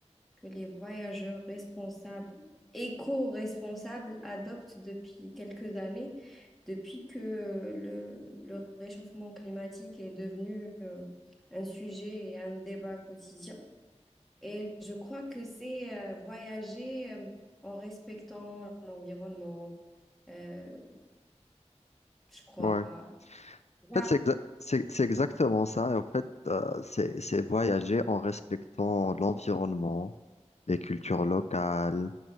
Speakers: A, in the centre; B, on the left.
A: que les voyageurs responsables, éco-responsables adoptent depuis quelques années, depuis que le, le réchauffement climatique est devenu euh, un sujet et un débat quotidien. Et je crois que c'est euh, voyager euh, en respectant l'environnement, euh, je crois.
B: Ouais. En
A: Voilà.
B: fait, c'est exa- c'est- c'est exactement ça. Et En fait, euh, c'est c'est voyager en respectant l'environnement, les cultures locales,